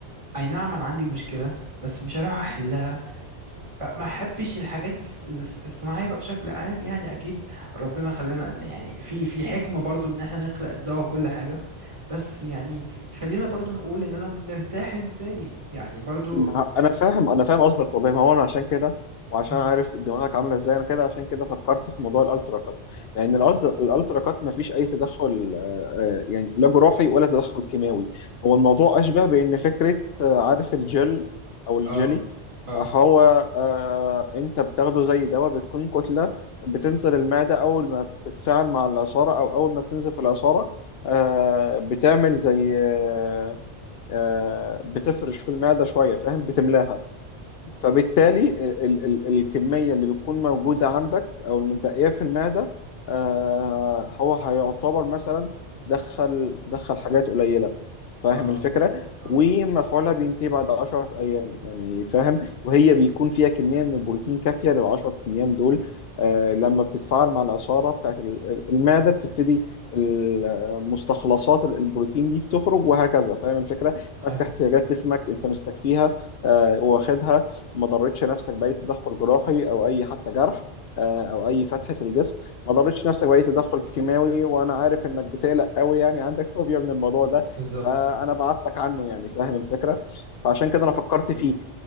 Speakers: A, on the right (about 30°); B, on the left (about 65°).
A: اي نعم انا عندي مشكلة بس مش هروح احلها بقى ما احبش الحاجات الص- الص- الصناعيه بقى بشكل عام يعني اكيد ربنا خلانا ان يعني في في حكمه برضو ان احنا نخلق الدواء وكل حاجه بس يعني خلينا برضو نقول ان انا مرتاح ازاي يعني برضو
B: ما انا فاهم انا فاهم قصدك والله ما هو انا عشان كده وعشان
A: م-
B: عارف دماغك عامله ازاي انا كده عشان كده فكرت في موضوع الالترا كات لان الالترا الألترا كات ما فيش اي تدخل آه، آه، يعني لا جراحي ولا تدخل كيماوي هو الموضوع اشبه بان فكره آه، عارف الجل او الجلي
A: اه اه
B: آه، هو آه، انت بتاخده زي دواء بتكون كتله بتنزل المعده اول ما بتتفاعل مع العصاره او اول ما بتنزل في العصاره آه، بتعمل زي آه، آه، بتفرش في المعدة شوية فاهم بتملاها فبالتالي ال ال الكمية اللي بتكون موجودة عندك أو المتبقية في المعدة آه هو هيعتبر مثلا تدخل تدخل حاجات قليلة فاهم
A: اه
B: الفكرة
A: اه
B: ومفعولها بينتهي بعد 10 أيام يعني فاهم وهي بيكون فيها كمية من البروتين كافية لل 10 أيام دول آه لما بتتفاعل مع العصارة بتاعت ال- ال- المعدة بتبتدي المستخلصات ال- البروتين دي بتخرج وهكذا فاهم الفكرة فأنت
A: اي
B: احتياجات جسمك أنت مستكفيها آه واخدها ما ضرتش نفسك باي تدخل جراحي او اي حتى جرح آه، او اي فتح في الجسم ما ضرتش نفسك باي تدخل كيماوي وانا عارف انك بتقلق قوي يعني عندك فوبيا من الموضوع ده
A: بالظبط
B: فانا بعدتك عنه يعني فاهم الفكره فعشان كده انا فكرت
A: م.
B: فيه